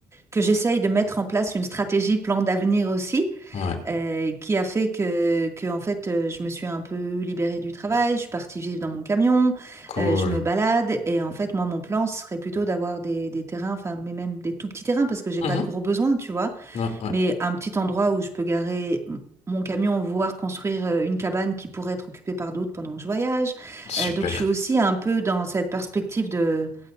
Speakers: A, on the right; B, on the left.
A: que j'essaye de mettre en place une stratégie plan d'avenir aussi,
B: Ouais,
A: euh, qui a fait que, que, en fait, euh, je me suis un peu libérée du travail, je suis partie vivre dans mon camion,
B: cool.
A: euh, je me balade. Et en fait, moi, mon plan ce serait plutôt d'avoir des, des terrains, enfin, mais même des tout petits terrains, parce que j'ai
B: Mhm.
A: pas de gros besoins, tu vois
B: Ouais, ouais,
A: mais un petit endroit où je peux garer m- mon camion, voire construire euh, une cabane qui pourrait être occupée par d'autres pendant que je voyage.
B: super.
A: Euh, donc, je suis aussi un peu dans cette perspective de